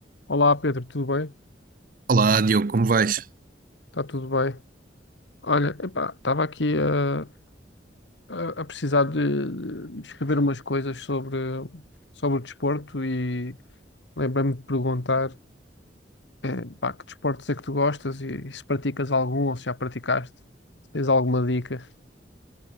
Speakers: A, on the left; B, on the right.
A: Olá Pedro, tudo bem?
B: Olá, Diogo, como vais?
A: Está tudo bem. Olha, epá, estava aqui a, a- a precisar de, de escrever umas coisas sobre, sobre o desporto e lembrei-me de perguntar, eh, pá, que desportos é que tu gostas e, e se praticas algum ou se já praticaste, se tens alguma dica.